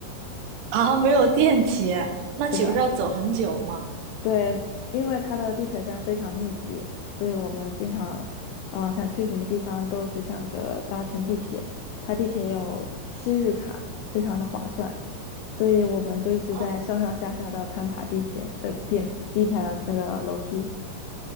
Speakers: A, on the right; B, on the left.
A: 啊，没有电梯，那岂不是要走很久吗？
B: 是的。对，因为它的地铁站非常密集，所以我们经常，嗯、想去什么地方都只想着搭乘地铁。它地铁有七日卡，非常的划算，所以我们就一直在上上下下的攀爬地铁的电地铁的那个楼梯。
A: 哦